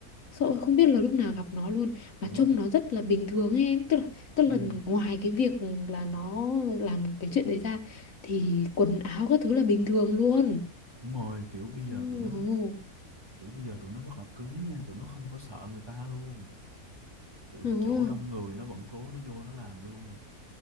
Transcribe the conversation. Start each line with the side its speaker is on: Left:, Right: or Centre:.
Left: sợ không biết là lúc nào gặp nó luôn
Right: kiểu
Left: mà trông nó rất là bình thường ấy em tức là tức
Right: Ừ,
Left: là ngoài cái việc là nó làm cái chuyện đấy ra thì quần áo các thứ là bình thường luôn
Right: đúng rồi kiểu bây giờ
Left: ừ,
Right: tụi nó
Left: ừ,
Right: kiểu bây giờ tụi nó rất là cứng nha tụi nó không có sợ người ta luôn kiểu
Left: ừ.
Right: chỗ đông người nó vẫn cố nó vô nó làm luôn